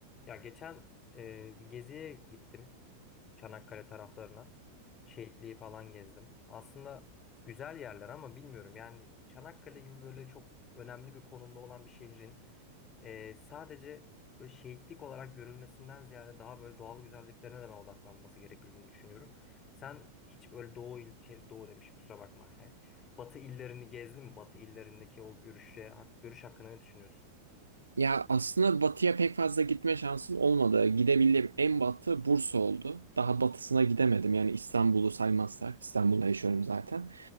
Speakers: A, on the left (about 25°); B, on the right (about 80°).
A: Ya geçen e, bir geziye gittim. Çanakkale taraflarına. Şehitliği falan gezdim. Aslında güzel yerler ama bilmiyorum. Yani Çanakkale gibi böyle çok önemli bir konumda olan bir şehrin e, sadece böyle şehitlik olarak görülmesinden ziyade daha böyle doğal güzelliklerine de ben odaklanması gerektiğini düşünüyorum. Sen hiç öyle doğu il, şey, doğu demiş kusura bakma. <laughs> Batı illerini gezdin mi? Batı illerindeki o görüşe, hak- görüş hakkında ne düşünüyorsun?
B: Ya aslında batıya pek fazla gitme şansım olmadı. Gidebildiğim en batı Bursa oldu. Daha batısına gidemedim. Yani İstanbul'u saymazsak. İstanbul'da yaşıyorum zaten.